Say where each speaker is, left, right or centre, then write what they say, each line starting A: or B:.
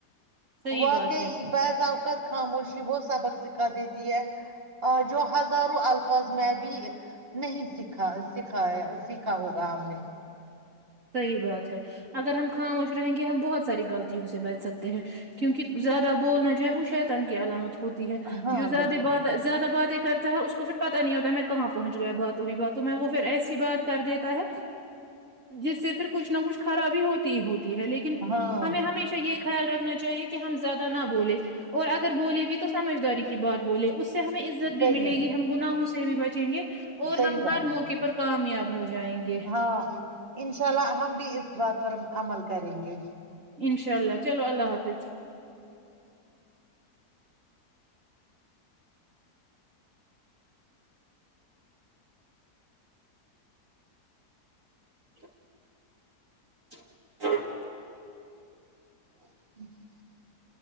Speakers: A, on the right (about 50°); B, on the right (about 35°).
A: صحیح
B: واقعی
A: بات ہے
B: بعض اوقات خاموشی وہ سبق سکھا دیتی ہے جو ہزاروں الفاظ میں بھی نہیں سکھا سکھا سیکھا ہوگا ہم نے
A: صحیح بات ہے اگر ہم خاموش رہیں گے ہم بہت ساری غلطیوں سے بچ سکتے ہیں کیونکہ زیادہ بولنا جو ہے وہ شیطان کی علامت ہوتی ہے
B: ہاں
A: جو زیادہ
B: بالکل
A: بات زیادہ باتیں کرتا ہے اس کو پھر پتا نہیں ہوتا میں کہاں پہنچ گا باتو ہی باتو میں وہ پھر ایسی بات کر دیتا ہے جس سے پھر کچھ نہ کچھ خرابی ہوتی ہی ہوتی ہے لیکن
B: ہاں
A: ہمیں ہمیشہ یہ خیال رکھنا چاہیے کہ ہم زیادہ نہ بولے اور اگر بولے بھی تو سمجھداری کی بات بولے اس سے ہمیں عزت بھی
B: صحیح
A: ملے گی ہم گناہو سے بھی بچیں گے اور
B: صحیح
A: ہم
B: بات
A: ہر
B: ہے
A: موقع پر کامیاب ہو جائیں گے
B: ہاں انشاء اللہ ہم بھی اس بات پر اب عمل کریں گے
A: انشاء اللہ چلو اللہ حافظ <inaudible>
B: <inaudible>